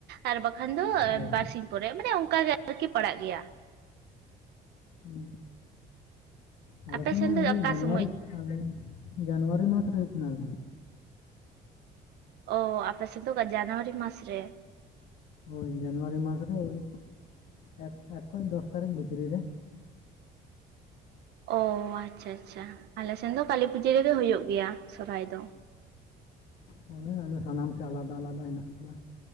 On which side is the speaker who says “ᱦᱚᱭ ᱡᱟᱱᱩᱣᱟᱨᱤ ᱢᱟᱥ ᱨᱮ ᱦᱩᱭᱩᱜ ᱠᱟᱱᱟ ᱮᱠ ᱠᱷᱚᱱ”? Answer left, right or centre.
Left